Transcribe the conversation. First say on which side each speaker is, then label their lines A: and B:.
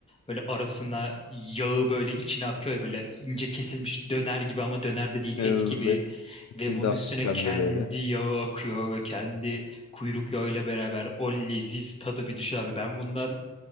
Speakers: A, on the left; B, on the left.
A: Böyle arasına yağı böyle içine akıyor ya böyle ince kesilmiş döner gibi ama döner de değil
B: Evet.
A: et gibi.
B: İçinde
A: Ve bunun
B: hafif
A: üstüne
B: pembe
A: kendi
B: böyle.
A: yağı akıyor ve kendi kuyruk yağıyla beraber o leziz tadı bir düşün abi. Ben bundan